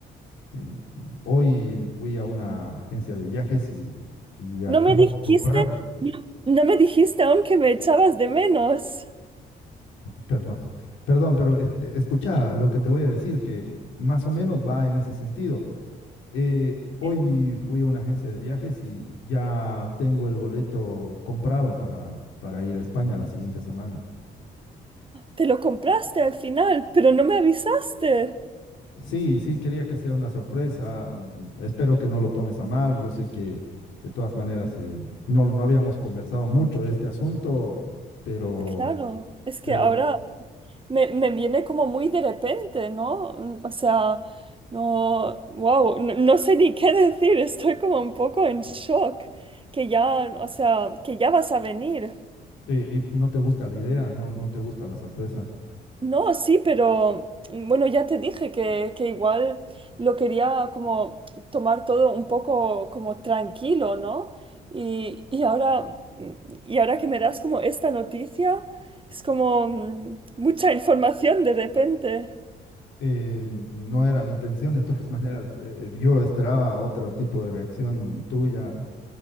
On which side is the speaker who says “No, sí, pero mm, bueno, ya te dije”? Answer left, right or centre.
Right